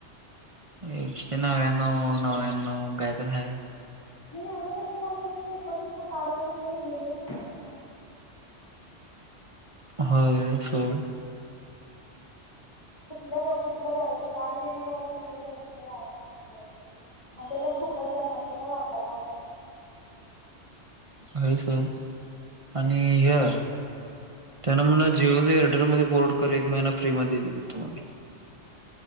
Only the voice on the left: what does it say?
मी एवढं पैसे घाला पेक्षा एकोणतीस ला कार्ड भेटते ते घे हे सांगते ना मी
समजलं
काय मग कुठलं ब कुठलं बरं ते कार्ड घेणं बरं काय तिकडे दोनशे बार बरोर. आणि ते पण फुकट जाणार तू का वापरणार पण नाही.
मग